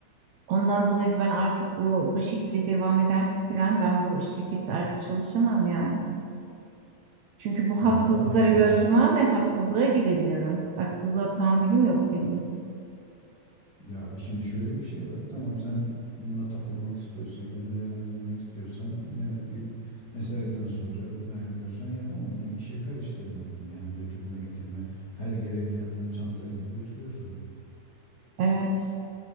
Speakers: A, on the right (about 70°); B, on the left (about 35°).
A: Ondan dolayı da ben artık bu, bu şekilde devam ederse Siren ben bu şirkette artık çalışamam yani. Çünkü bu
B: Vallahi
A: haksızlıklara
B: ya.
A: göz yumağım ben haksızlığa gelemiyorum. Haksızlığa tahammülüm yok benim.
B: Ya şimdi şöyle bir şey var. Tamam sen bununla takılmak istiyorsan, gönül eğlendirmek istiyorsan ne git mesaiden sonra ne yapıyorsan yap ama bunu işe karıştırma bunu. Yani götürme getirme her yelek yanına çanta gibi götürüyorsun.
A: Evet.